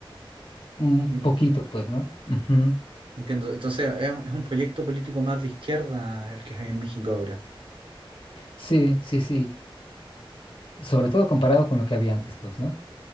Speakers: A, on the left (about 70°); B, on the right (about 65°).
A: un
B: En-
A: poquito, pues, ¿no? Ujú.
B: Entiendo. Entonces, es, es un proyecto político más de izquierda el que hay en México ahora.
A: Sí, sí, sí, sobre todo comparado con lo que había antes, pues, ¿no?